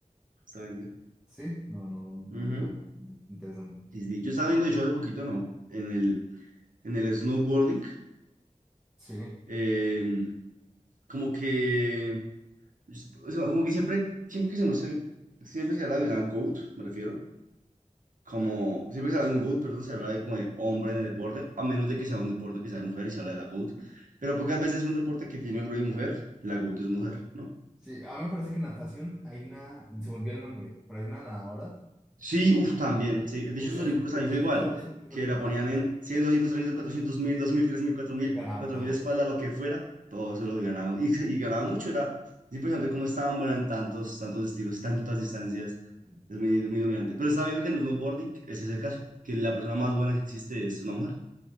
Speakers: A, on the right (about 85°); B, in the centre.
A: justamente.
B: Sí, no, no, no
A: Ujú.
B: lo sabía. Interesante.
A: Sí, sí. Yo estaba viendo, de hecho, hace poquito, ¿no? En el, en el snowboarding,
B: Sí,
A: eh, como que, o sea, como que siempre, siempre que se muestra, siempre se habla de una goat, me refiero, como siempre se habla de un GOAT, perdón, se habla de como de hombre en el deporte, a menos de que sea un deporte que sea de mujer y se habla de la GOAT, pero pocas veces un deporte que tiene hombre y mujer, la GOAT es mujer, ¿no?
B: sí, a mí me parece que en natación hay una, se me olvidó el nombre, pero hay una nadadora
A: Sí, uff, también, sí, de
B: que
A: hecho
B: se-
A: los olímpicos también fue
B: de hecho
A: igual,
B: estuvo en los últimos
A: que
B: Olímpicos
A: la ponían en 100, 200, 300, 400, mil, dos mil, mil, tres mil, cuatro mil,
B: y ganaba
A: cuatro
B: todos.
A: mil espalda, lo que fuera, todo eso lo ganaba, y, y ganaba mucho, era es impresionante cómo estaban buenas en tantos, tantos estilos, tantas distancias,
B: Sí,
A: es muy, muy dominante, pero estaba viendo que en el snowboarding ese es el caso, que la persona más buena que existe es una mujer.